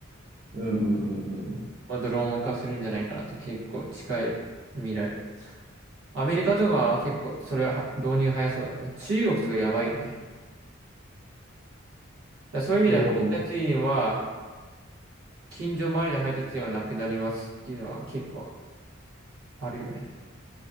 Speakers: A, on the right; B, on the right.
A: うんうんうんうん。
B: まあ、ドローン化するんじゃないかなって結構近い未来。アメリカとかは結構それはは導入早そうだね。中国とかやばいよね。だからそういう意味では配達員は、
A: そう。
B: 近所周りの配達員はなくなりますっていうのは結構あるよね。